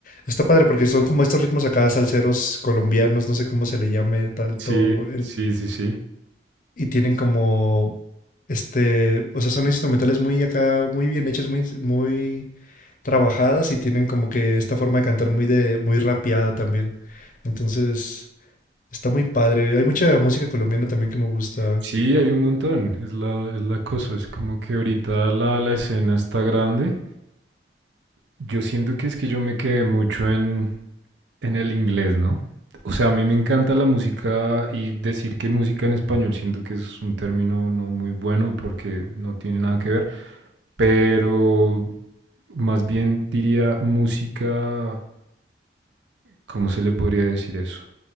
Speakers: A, on the left (about 45°); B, on the right (about 75°).
A: Está padre porque son como estos ritmos acá salseros colombianos, no sé cómo se le llame tanto.
B: Sí,
A: el-
B: sí, sí, sí.
A: y tienen como... Este, o sea, son instrumentales muy acá, muy bien hechas, muy, muy trabajadas y tienen como que esta forma de cantar muy de, muy rapeada también. Entonces, está muy padre. Hay mucha música colombiana también que me gusta.
B: Sí, hay un montón, es la, es la cosa, es como que ahorita la, la escena está grande. Yo siento que es que yo me quedé mucho en, en el inglés, ¿no? O sea, a mí me encanta la música y decir que música en español siento que es un término no muy bueno porque no tiene nada que ver, pero más bien diría música, ¿cómo se le podría decir eso?